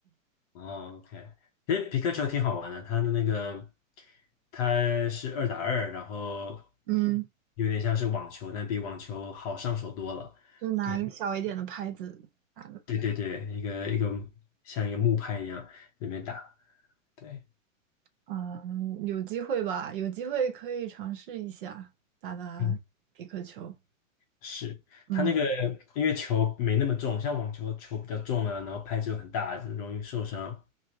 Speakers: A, on the left; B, on the right.
A: 哦，OK，其实皮克球挺好玩的，它的那个它是二打二，然后
B: 嗯，
A: 有点像是网球，但比网球好上手多了。
B: 就拿一个小一点的拍子打的。
A: 对对对对，一个一个像一个木拍一样里面打。对，
B: 嗯，有机会吧，有机会可以尝试一下打打匹克球。
A: 嗯。是它那个，
B: 嗯
A: 因为球没那么重，像网球球比较重啊，然后拍子又很大，容易受伤。